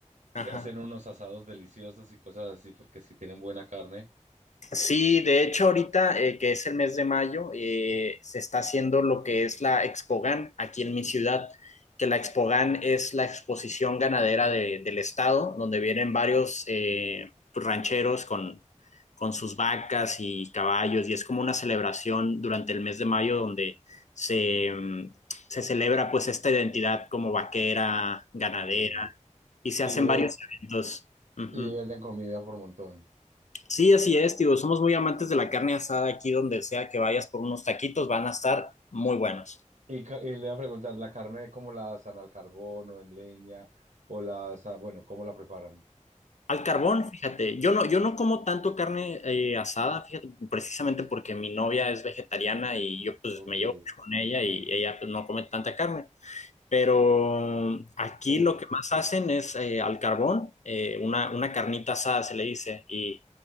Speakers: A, on the left (about 65°); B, on the right (about 85°).
A: Ajá.
B: se hacen unos asados deliciosos y cosas así porque si tienen buena carne.
A: Sí, de hecho ahorita eh, que es el mes de mayo, eh, se está haciendo lo que es la Expogan aquí en mi ciudad, que la Expogan es la exposición ganadera de- del estado, donde vienen varios eh, pues, rancheros con, con sus vacas y caballos, y es como una celebración durante el mes de mayo donde se, mm, se celebra pues esta identidad como vaquera, ganadera,
B: Ok.
A: y se
B: Y,
A: hacen
B: ve-
A: varios eventos. Ujú.
B: y venden comida por montón.
A: Sí, así es, tío. Somos muy amantes de la carne asada aquí donde sea que vayas por unos taquitos, van a estar muy buenos.
B: Y, ca- y le iba a preguntar, ¿la carne cómo la asan al carbón o en leña? O la asan, bueno, ¿cómo la preparan?
A: Al carbón, fíjate, yo no, yo no como tanto carne eh, asada, fíjate, precisamente porque mi novia es vegetariana y yo pues
B: Ok.
A: me llevo mucho con ella y ella pues no come tanta carne. Pero aquí
B: Uh,
A: lo que más hacen es eh, al carbón, eh, una, una carnita asada se le dice, y,